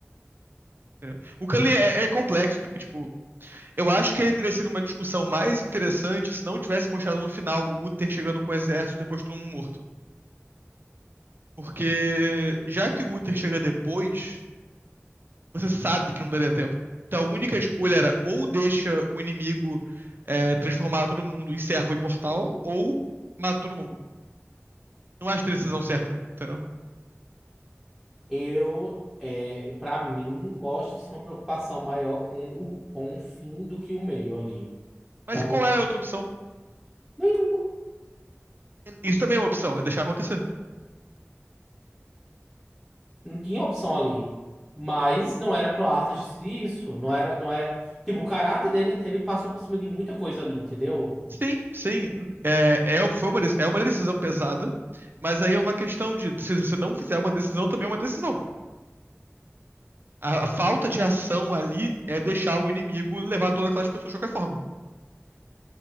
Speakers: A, on the right (about 45°); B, in the centre.
A: entendeu? O Kali é, é complexo, porque, tipo, eu acho que ele teria sido uma discussão mais interessante se não tivesse mostrado no final o Uther chegando com o exército depois de todo mundo morto. Porque já que o Uther chega depois, Você sabe que não daria tempo. Então a única escolha era ou deixa o inimigo é, transformar todo mundo em servo imortal, ou mata todo mundo. Não acho a decisão certa, entendeu?
B: Eu, é, para mim, mostra-se uma preocupação maior com o, com o fim do que o meio ali.
A: Mas
B: Então,
A: qual era a outra opção?
B: nenhuma.
A: Isso também é uma opção, é deixar acontecer.
B: Não tinha opção ali. Mas não era pro Arthur decidir isso. Não era, não é. Tipo, o caráter dele, ele passou por cima de muita coisa ali, entendeu?
A: Sim, sim. É, é, foi uma, de- é uma decisão pesada, mas aí é uma questão de se você não fizer uma decisão, também é uma decisão. A, a falta de ação ali é deixar o inimigo levar todas aquelas pessoas de qualquer forma.